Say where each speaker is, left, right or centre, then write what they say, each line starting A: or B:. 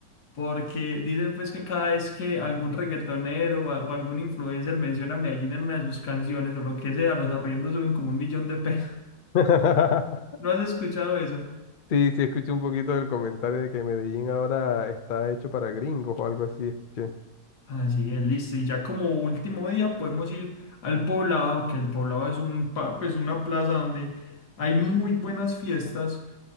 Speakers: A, on the left; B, on the left.
A: Porque dicen pues que cada vez que algún reggaetonero o, a- o algún influencer menciona a Medellín en una de sus canciones o lo que sea, los arriendos suben como un millón de pesos.
B: <laughs>
A: ¿No has escuchado eso?
B: Sí, sí, escuché un poquito del comentario de que Medellín ahora está hecho para gringos o algo así, escuché.
A: Así es, listo. Y ya como último día podemos ir al poblado, que el poblado es un, pa- pues una plaza donde hay muy buenas fiestas.